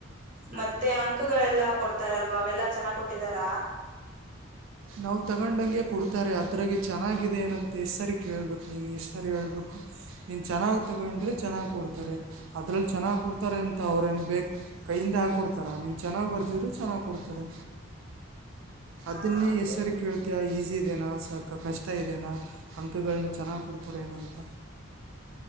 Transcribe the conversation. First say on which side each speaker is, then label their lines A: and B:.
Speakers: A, on the right; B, on the right.
A: ಮತ್ತೆ ಅಂಕಗಳು ಎಲ್ಲಾ ಕೊಡ್ತಾರಲ್ಲ ಅವು ಎಲ್ಲಾ ಚೆನ್ನಾಗಿ ಕೊಟ್ಟಿದ್ದಾರ
B: ನಾವು ತಗೊಂಡಂಗೆ ಕೊಡ್ತಾರೆ ಅದರಾಗ ಚೆನ್ನಾಗಿದೆ ಏನ್ ಅಂತ ಈ ಸರಿ ಕೇಳಿಬಿಟ್ಟು ನಿಂಗ್ ಎಷ್ಟು ಸರಿ ಹೇಳಬೇಕು ಚೆನ್ನಾಗಿ ತಗೊಂಡ್ರೆ ಚೆನ್ನಾಗಿ ಕೊಡ್ತಾರೆ ಅದರಲ್ಲಿ ಚೆನ್ನಾಗಿ ಕೊಡ್ತಾರೆಅಂತ ಅವರು ಏನ್ ಬೇಕು ಕೈಯಿಂದ ಹಾಕಿ ಕೊಡ್ತಾರಾ ಚೆನ್ನಾಗಿ ಬರೆದರೆ ಚೆನ್ನಾಗಿ ಕೊಡುತ್ತಾರೆ ಅದನ್ನೇ
A: ಹ ಅದೇ
B: ಎಷ್ಟು ಸರಿ ಕೇಳ್ತೀಯ ಈಜಿ ಇದೇನಾ ಸಾಕಾ ಕಷ್ಟ ಇದೇನಾ ಅಂಕಗಳನೂ ಚೆನ್ನಾಗಿ ಕೊಡ್ತಾರಾ ಏನ್ ಅಂತ